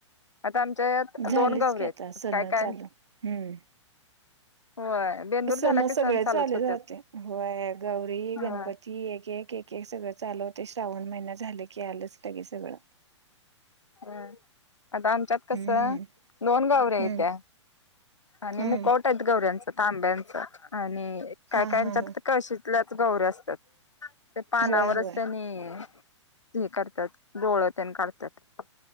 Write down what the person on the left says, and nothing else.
आता आमच्या यात
दोन गवऱ्या
आहेत.
काय काय
होय बेंदूर
झाला की
चालूच
होत्यात
होय
ह आता आमच्यात कस,
दोन गवऱ्या येत्या.
आणि
मुकवट आहेत गवऱ्यांच तांब्यांच. आणि काय
कायच्यात
कळशी आपल्याच गौऱ्या असतात. ते पानावर
असतात आणि हे करत्यात. डोळ तेन काढतात.